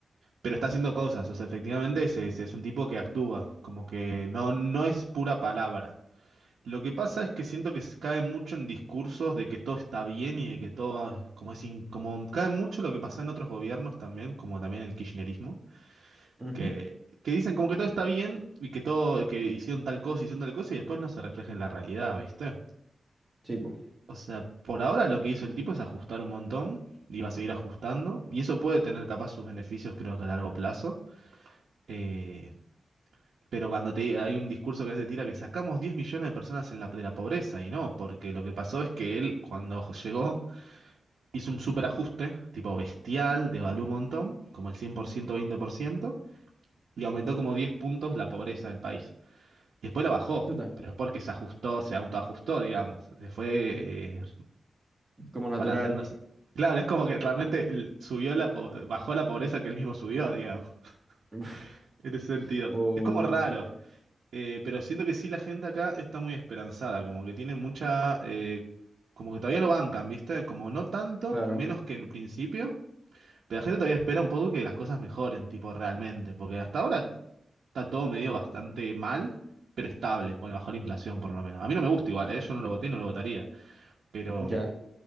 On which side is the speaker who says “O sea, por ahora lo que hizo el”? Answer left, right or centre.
Right